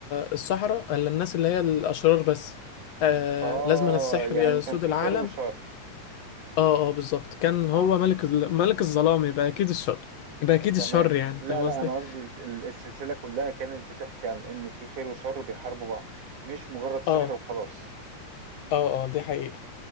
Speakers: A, on the left (about 65°); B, on the right (about 80°).
A: السحرة الا الناس اللي هي الاشرار بس آه،
B: اه
A: لازم السحر
B: يعني
A: يسود
B: كان في
A: العالم
B: خير وشر
A: اه اه بالظبط كان هو
B: اه
A: ملك ال- ملك الظلام يبقى اكيد الشر يبقى اكيد
B: تمام
A: الشر يعني
B: لا
A: فاهم
B: لا
A: قصدي
B: انا قصدي الف- ال- السلسلة كلها كانت بتحكي عن ان في خير وشر بيحاربوا بعض مش مجرد سحر
A: اه
B: وخلاص
A: اه اه دي حقيقة